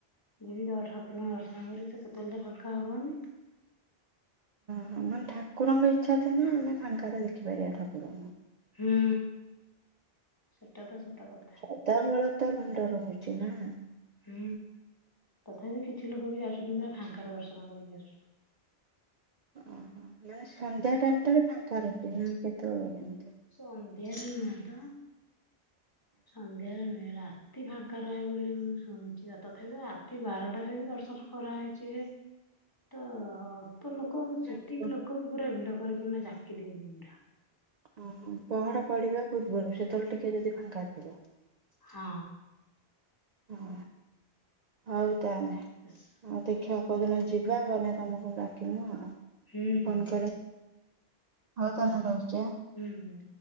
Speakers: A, on the left; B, on the right.
A: ଯିବି ତ ଠାକୁରଙ୍କୁ ଦର୍ଶନ କରି ତ କେତେବେଳେ ତ ଫାଙ୍କା ହବନି।
B: ହଁ ମାନେ ଠାକୁରଙ୍କ ଇଚ୍ଛା ଥିଲେ ଆମେ ଫାଙ୍କାରେ ଦେଖିପାରିବା ଠାକୁରଙ୍କୁ।
A: ହୁଁ ସେଟା ତ ସତ କଥା।
B: ସଦାବେଳେ ତ ଭିଡ ରହୁଚି ନା।
A: ହୁଁ ତଥାପି କିଛି ଲୋକ ବି ଯାଉଚନ୍ତି ନା ଫାଙ୍କାରେ ଦର୍ଶନ କରିକି ଆସୁଚ
B: ଓହୋ ନା ସନ୍ଧ୍ୟା ଟାଇମ ଟାରେ ଫାଙ୍କା ରହୁଥିବ ନା କେତେବେଳେ କେମିତି।
A: ସନ୍ଧ୍ୟାରେ ନୁହେଁ ତ ସନ୍ଧ୍ୟାରେ ନୁହେଁ ରାତ ଆତି ଫାଙ୍କା ରହେ ବୋଲି ମୁଁ ଶୁଣିଚି। ତଥାପି ରାତି ବାରଟାରେ ବି ଦର୍ଶନ କରାହେଇଚି ଯେ ତ ଅଳ୍ପ ଲୋକ
B: ଆଉ
A: ସେତିକି ଲୋକ କ ବି ପୁରା ଭିଡ କରିକି ନା ଜାକି ଦିଅନ୍ତି ପୁରା।
B: ଓହୋ ପହଡ ପଢିବା ପୂର୍ବରୁ ସେତେବେଳେ ଟିକେ ଯଦି ଫାଙ୍କାଥିବ।
A: ହଁ।
B: ହଁ ହଉ ତାହାନେ
A: ବ <inaudible>
B: ଆଉ ଦେଖିବା କଉ ଦିନ ଯିବା ଗଲେ ତମକୁ ଡାକିମୁଁ ଆଉ।
A: ହୁଁ
B: ଫୋନ
A: ହୁଁ।
B: କରିମି ହଉ
A: ହଁ
B: ତାହେଲେ
A: ହୁଁ
B: ରହୁଛି ଆଁ
A: ହୁଁ।